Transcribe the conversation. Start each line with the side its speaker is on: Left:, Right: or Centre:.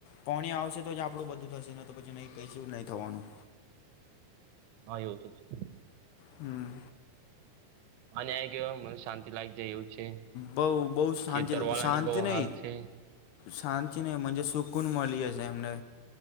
Left: કોણ આવશે તો જ આપણું બધું થશે ન તો પછી નહી કશ નહી થવાનું
Right: ભાઈ હો તો જ
Left: હમ
Right: આ ન્યાય કે મ શાંતિ લયક જાય એવું છે
Left: બહ બહ શાંતિ
Right: ખેતર વાળાની
Left: શાંતિ
Right: બહુ
Left: નહ
Right: હાલ છે
Left: શાંતિને સુકન મળી જશે એમને